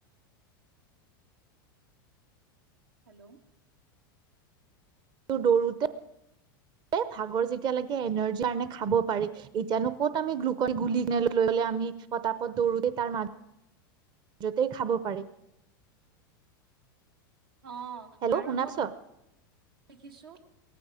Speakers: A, on the right; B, on the right.
A: হেল্ল'
B: দৌৰোতে ভাগৰ যেতিয়া লাগে এনাৰ্জিৰ কাৰণে খাব পাৰি, এতিয়াানো ক'ত আমি গ্লুকন গুলিলে লৈ লে আমি পতাপত দৌৰোতে তাৰ মাজ মাজতেই খাব পাৰিম।
A: অ',
B: হেল্ল'
A: আৰু
B: শুনা
A: মই
B: পাইছ?
A: দেখিছো